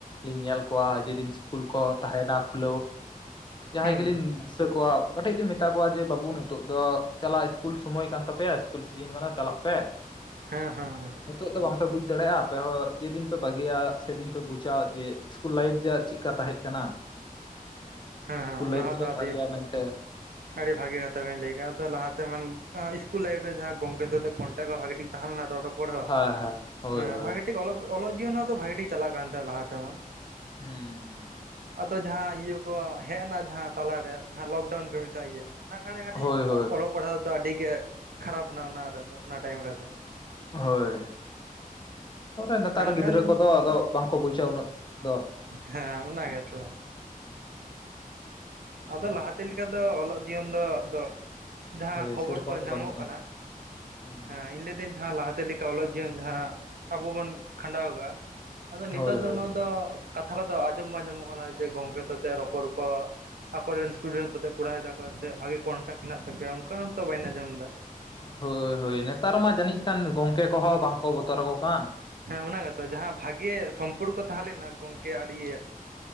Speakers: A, on the left (about 30°); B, on the right (about 85°).
A: ᱞᱤᱧ ᱧᱮᱞ ᱠᱚᱣᱟ ᱡᱮ ᱫᱤᱱ ᱥᱠᱩᱞ ᱠᱚ ᱛᱟᱦᱮᱸᱱᱟ ᱠᱷᱩᱞᱟᱹᱣ, ᱡᱟᱦᱟᱸᱭ
B: ᱦᱩᱸ
A: ᱜᱮᱞᱤᱧ ᱫᱤᱥᱟᱹ ᱠᱚᱣᱟ ᱠᱟᱹᱴᱤᱡ ᱞᱤᱧ ᱢᱮᱛᱟ ᱠᱚᱣᱟ ᱡᱮ ᱵᱟᱹᱵᱩ ᱱᱤᱛᱳᱜ ᱫᱚ ᱪᱟᱞᱟᱜ ᱤᱥᱠᱩᱞ ᱥᱩᱚᱢᱚᱭ ᱠᱟᱱ ᱛᱟᱯᱮᱭᱟ, ᱤᱥᱠᱩᱞ ᱥᱤᱡᱤᱱ ᱠᱟᱱᱟ ᱪᱟᱞᱟᱜ ᱯᱮ᱾
B: ᱦᱮᱸ᱾ <inaudible>
A: ᱱᱤᱛᱚᱜ ᱫᱚ ᱵᱟᱝ ᱯᱮ ᱵᱩᱡᱽ ᱫᱟᱲᱮᱭᱟᱜ-ᱟ ᱟᱯᱮ ᱦᱚᱸ ᱡᱮᱫᱤᱱ ᱯᱮ ᱵᱟᱹᱜᱤᱭᱟ ᱥᱮᱫᱤᱱ ᱯᱮ ᱵᱩᱡᱟ ᱡᱮ ᱤᱥᱠᱩᱞ ᱞᱟᱭᱤᱯᱷ ᱡᱮ ᱪᱮᱫᱠᱟ ᱛᱟᱦᱮᱸᱜ ᱠᱟᱱᱟ᱾ <inaudible>
B: ᱦᱮᱸ ᱦᱮᱸ
A: ᱞᱟᱭᱤᱯᱷ
B: ᱚᱱᱟ ᱦᱚᱸ
A: ᱛᱤᱱᱟᱹᱜ
B: ᱛᱚ ᱟᱰᱤ,
A: ᱵᱷᱟᱜᱮᱭᱟ ᱢᱮᱱᱛᱮ ᱦᱳᱭ
B: ᱟᱰᱤ ᱵᱷᱟᱜᱤ ᱠᱟᱛᱷᱟ ᱵᱤᱱ <unintelligible> ᱛᱚ ᱞᱟᱦᱟᱛᱮ ᱢᱟᱱ ᱟᱻ ᱤᱥᱠᱩᱞ ᱞᱟᱭᱤᱯᱷ ᱨᱮ ᱡᱟᱦᱟᱸ ᱜᱚᱝᱠᱮ ᱥᱟᱶᱛᱮ ᱠᱚᱱᱴᱮᱠ ᱦᱚᱸ ᱵᱷᱟᱜᱤ ᱴᱷᱤᱠ ᱛᱟᱦᱮᱸ ᱞᱮᱱᱟ ᱨᱚᱲ ᱨᱚ ᱯᱚᱲ ᱦᱚᱸ᱾
A: ᱦᱳᱭ ᱦᱳᱭ
B: ᱟᱸ
A: ᱦᱳᱭ
B: ᱵᱷᱟᱜᱤ ᱴᱷᱤᱠ ᱚᱞᱚᱜ ᱚᱞᱚᱜ ᱡᱤᱭᱚᱱ ᱦᱚᱸ ᱟᱫᱚ ᱵᱷᱟᱜᱤ ᱴᱷᱤᱠ ᱪᱟᱞᱟᱜ ᱠᱟᱱ ᱛᱟᱦᱮᱸᱫ ᱞᱟᱦᱟ ᱛᱮᱢᱟ᱾
A: ᱦᱮᱸ ᱦᱮᱸ᱾
B: ᱟᱫᱚ ᱡᱟᱦᱟᱸ ᱤᱭᱟᱹ ᱠᱚ ᱦᱮᱡ ᱮᱱᱟ ᱡᱟᱦᱟᱸ ᱛᱟᱞᱟ ᱰᱷᱮᱜ ᱡᱟᱦᱟᱸ ᱞᱚᱠᱰᱟᱣᱩᱱ ᱠᱚ ᱢᱮᱛᱟᱜ ᱜᱮᱭᱟ᱾ ᱚᱱᱟ ᱠᱷᱟ ᱠᱟᱴᱤᱡ
A: ᱦᱳᱭ ᱦᱳᱭ
B: ᱚᱞᱚᱜ ᱯᱟᱲᱦᱟᱜ ᱫᱚ ᱟᱰᱤ ᱜᱮ ᱠᱷᱟᱨᱟᱯ ᱱᱟ ᱚᱱᱟ ᱨᱮ ᱫᱚ ᱚᱱᱟ ᱴᱟᱭᱮᱢ ᱨᱮ ᱫᱚ ᱾
A: ᱦᱳᱭ ᱛᱚᱨᱮ ᱱᱮᱛᱟᱨ
B: ᱮᱱᱠᱷᱟᱱ
A: ᱜᱤᱫᱽᱨᱟᱹ ᱠᱚ ᱫᱚ ᱟᱫᱚ ᱵᱟᱝ ᱠᱚ ᱵᱩᱡᱟ ᱩᱱᱟᱹᱜ ᱫᱚ ᱾
B: ᱦᱮᱸ ᱚᱱᱟ ᱜᱮ ᱛᱚ ᱾ ᱟᱫᱚ ᱞᱟᱦᱟ ᱛᱮ ᱞᱮᱠᱟ ᱫᱚ ᱚᱞᱚᱜ ᱡᱤᱭᱚᱱ ᱫᱚ ᱟᱫᱚ ᱡᱟᱦᱟᱸ
A: ᱦᱳᱭ
B: ᱠᱷᱚᱵᱚᱨ
A: ᱥᱮᱨᱚᱠᱚᱢ
B: ᱠᱚ
A: ᱫᱚ ᱵᱟᱹᱱᱩᱜᱼᱟ
B: ᱧᱟᱢᱚᱜ ᱠᱟᱱᱟ
A: ᱦᱩᱸ
B: ᱦᱮᱸ ᱤᱧ ᱞᱟᱹᱭᱫᱟᱹᱧ ᱡᱟᱦᱟ ᱞᱟᱦᱟ ᱛ ᱾ ᱛᱮ ᱞᱮᱠᱟ ᱚᱞᱚᱜ ᱡᱤᱭᱚᱱ ᱡᱟᱦᱟᱸ ᱟᱵᱩ ᱵᱚᱱ ᱠᱷᱟᱸᱰᱟᱣ ᱠᱟᱜᱼᱟ ᱟᱫᱚ
A: ᱦᱳᱭ
B: ᱱᱤᱛᱚᱜ ᱫᱚ
A: ᱦᱳᱭ
B: ᱱᱚᱣᱟ ᱾ ᱫᱚ ᱠᱟᱛᱷᱟ ᱠᱚᱫᱚ ᱟᱸᱡᱚᱢ ᱵᱟᱝᱸᱧᱟᱢᱚᱜ ᱠᱟᱱᱟ ᱡᱮ ᱜᱚᱝᱠᱮ ᱛᱳᱛᱮ ᱨᱚᱯᱚᱲ ᱠᱚ ᱟᱠᱩᱨᱮᱱ ᱥᱴᱩᱰᱮᱱᱴ ᱥᱟᱛᱮᱜ ᱠᱚᱨᱟᱣ ᱫᱟᱠᱚ ᱥᱮ ᱵᱷᱟᱜᱤ ᱠᱚᱱᱴᱮᱠᱴ ᱦᱮᱱᱟᱜ ᱛᱟᱯᱮᱭᱟ ᱚᱱᱠᱟ ᱦᱚᱸᱛᱚ ᱵᱟᱹᱧ ᱟᱸᱡᱚᱢ ᱫᱟ ᱾
A: ᱦᱳᱭ ᱦᱳᱭ ᱱᱮᱛᱟᱨ ᱢᱟ ᱡᱟᱹᱱᱤᱡ ᱠᱷᱟᱱ ᱜᱚᱝᱠᱮ ᱠᱩᱦᱚᱸ ᱵᱟᱝᱠᱚ ᱵᱚᱛᱚᱨ ᱟᱠᱚ ᱠᱟᱱ ᱾
B: ᱦᱮᱸ ᱚᱱᱟ ᱜᱮᱛᱚ ᱡᱟᱦᱟᱸ ᱵᱷᱟᱜᱮ ᱥᱚᱢ ᱾ ᱯᱩᱲ ᱠᱚ ᱛᱟᱦᱮᱸ ᱞᱮᱱᱟ ᱜᱚᱢᱠᱮ ᱟᱰᱤ